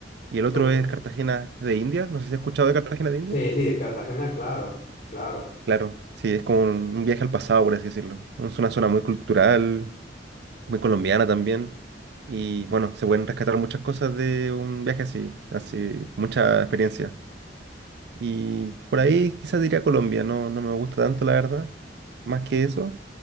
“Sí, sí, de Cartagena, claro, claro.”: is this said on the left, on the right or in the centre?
Left